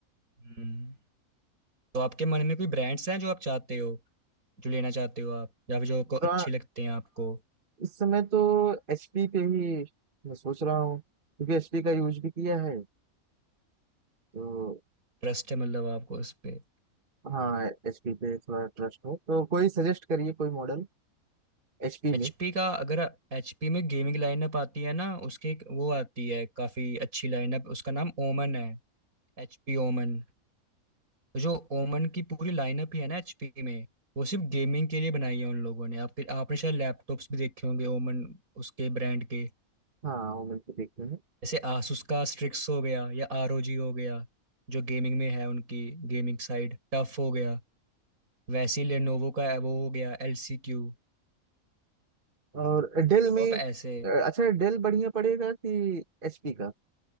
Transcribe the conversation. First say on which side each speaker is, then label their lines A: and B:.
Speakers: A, on the right; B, on the right.
A: हम्म तो आपके मन में कोई ब्रांड्स हैं जो आप चाहते हो जो लेना चाहते हो आप या फिर जो आपको
B: उसको
A: अच्छे लगते हैं आपको
B: इस समय तो एचपी पे ही मैं सोच रहा हूँ क्योंकि एचपी का यूज भी किया है तो
A: ट्रस्ट है मतलब आपको उस पे
B: हाँ एचपी पे थोड़ा ट्रस्ट है तो कोई सजेस्ट करिए कोई मॉडल एचपी
A: एचपी
B: में
A: का अगर एचपी में गेमिंग लाइनअप आती है ना उसके एक वो आती है काफी अच्छी लाइनअप उसका नाम ओमन है एचपी ओमन तो जो ओमन की पूरी लाइनअप ही है ना एचपी में वो सिर्फ गेमिंग के लिए बनाई है उन लोगों ने आपके आपने शायद लैपटॉप्स भी देखे होंगे ओमन उसके ब्रांड के
B: हाँ वो मिलकर देखते हैं
A: जैसे आसूस का स्ट्रिक्स हो गया या आरओजी हो गया जो गेमिंग में है उनकी गेमिंग साइड टफ हो गया वैसे ही लेनोवो का वो हो गया एलसीक्यू
B: और डेल में
A: तो आप ऐसे
B: अ, अच्छा डेल बढ़िया पड़ेगा कि एचपी का